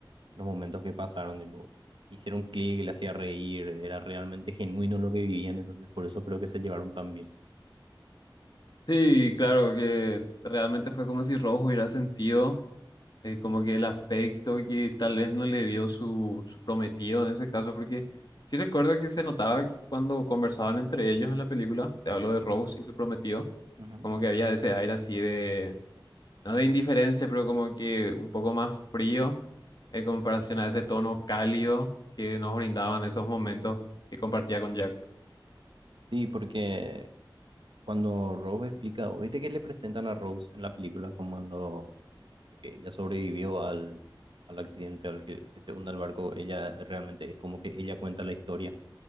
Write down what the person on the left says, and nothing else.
Sí, claro, que realmente fue como si Rojo hubiera sentido eh, como que el afecto que tal vez no le dio su, su prometido en ese caso, porque sí recuerdo que se notaba que cuando conversaban entre ellos en la película, te hablo de Rose y su prometido,
como que había ese aire así de, no de indiferencia, pero como que un poco más frío en comparación a ese tono cálido que nos brindaban esos momentos que compartía con Jack.